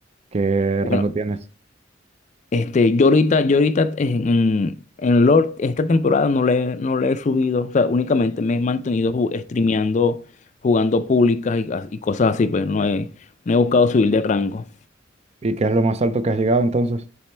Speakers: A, on the right; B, on the left.
A: qué
B: Bueno,
A: rango tienes?
B: Este, yo ahorita, yo ahorita en, en, Lord, esta temporada no le, no le he subido, o sea, únicamente me he mantenido ju- streameando, jugando públicas y, y cosas así, pues no he, no he buscado subir de rango.
A: ¿Y qué es lo más alto que has llegado entonces?